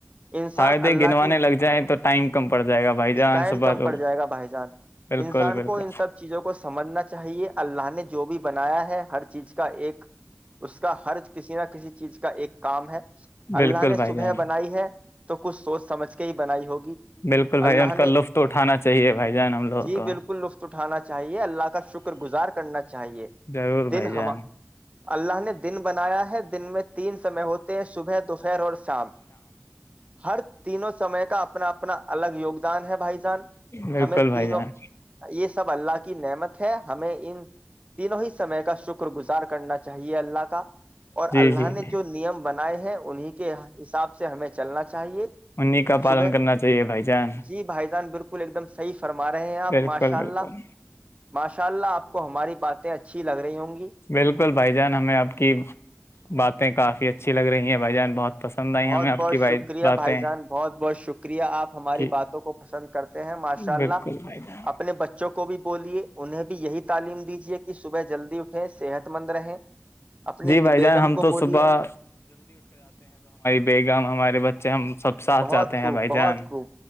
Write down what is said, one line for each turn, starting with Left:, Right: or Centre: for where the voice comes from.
Right: انسان
Left: فائدے
Right: اللہ
Left: گنوانے
Right: کی
Left: لگ جائیں تو ٹائم کم پڑ جائے گا بھائی جان
Right: ٹائم
Left: صبح
Right: کم پڑ
Left: تو
Right: جائے گا بھائی جان
Left: بالکل
Right: انسان
Left: بالکل
Right: کو ان سب چیزوں کو سمجھنا چاہیے اللہ نے جو بھی بنایا ہے ہر چیز کا ایک اس کا حر کسی نہ کسی چیز کا ایک کام ہے
Left: بالکل
Right: اللہ نے
Left: بھائی
Right: صبح
Left: جان
Right: بنائی ہے تو کچھ سوچ سمجھ کے ہی بنائی ہوگی
Left: بالکل بھائی
Right: اللہ
Left: جان کا
Right: نے
Left: لطف تو اٹھانا چاہیے بھائی جان ہم لوگوں
Right: جی
Left: کو
Right: بالکل لطف اٹھانا چاہیے اللہ کا شکر گزار کرنا چاہیے
Left: ضرور
Right: دن
Left: بھائی جان
Right: ہم اللہ نے دن بنایا ہے دن میں تین سمے ہوتے ہیں صبح دوپہر اور شام ہر تینوں سمے کا اپنا اپنا الگ یگدان ہے بھائی سان
Left: بالکل
Right: ہمیں
Left: بھائی
Right: تینوں
Left: جان
Right: یہ س اللہ کی نعمت ہے ہمیں ان تینوں ہی سے سے کا شکر گزار کرنا چاہیے چاہیے اللہ اور
Left: جی
Right: اللہ
Left: جی جی
Right: نے نیم بنائے ہیں انہیں کے حساب سے ہمیں میں چلنا چاہیے
Left: انیں کا پالن
Right: صبح
Left: کرنا چاہیے بھائی جان
Right: جی بھائی جان بالکل ایک دم سیف فرما رہے ہیں آپ
Left: بالکل
Right: ماشاء
Left: بالکل
Right: اللہ ماشاء اللہ آپ کو ہماری باتیں اچھی لگ رہی ہوں گی
Left: بالکل بالکل بھائی جان ہمیں آپ کی باتیں کافی اچھی لگ رہی ہیں بھائی جان بہت پسند آئی
Right: بہت
Left: ہمیں آپ
Right: بہت
Left: کی
Right: شکریہ
Left: بھائی باتیں
Right: بھائی جان بہت بہت شکریہ آپ ہماری
Left: کہ
Right: باتوں کو پسند کرتے ہیں ماشاء اللہ
Left: بالکل بھائی جان
Right: اپنے بچے کو بھی بولیے انہیں بھی یہی تعلیم دیجیے کہ صبح جلدی اٹھیں صحت مند رہیں اپنی
Left: جی بھائی
Right: بیگم
Left: جان ہم
Right: کو
Left: تو
Right: بولیے
Left: صبح بیگام ہمارے بچے ہم سب ساتھ
Right: بہت
Left: جاتے
Right: خوب
Left: ہیں بھائی جان
Right: بہت خوب